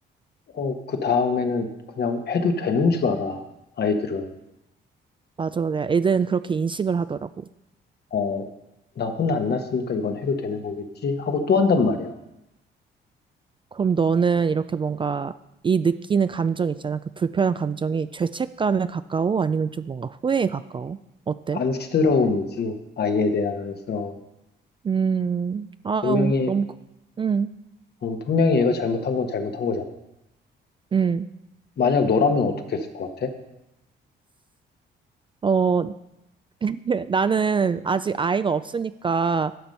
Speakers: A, on the left; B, on the right.
A: 어, 그 다음에는 그냥 해도 되는 줄 알아, 아이들은.
B: 맞아. 내가 애들은 그렇게 인식을 하더라고.
A: 어, 나 혼 안 났으니까 이건 해도 되는 거겠지? 하고 또 한단 말이야.
B: 그럼 너는 이렇게 뭔가 이 느끼는 감정 있잖아. 그 불편한 감정이 죄책감에 가까워? 아니면 좀 뭔가 후회에 가까워? 어때?
A: 안쓰러움이지, 아이에 대한 안쓰러움.
B: 음, 아우,
A: 분명히,
B: 너무, 그- 음,
A: 음, 분명히 얘가 잘못한 건 잘못한 거잖아.
B: 음.
A: 만약 너라면 어떻게 했을 것 같아?
B: 어, <laughs> 예, 나는 아직 아이가 없으니까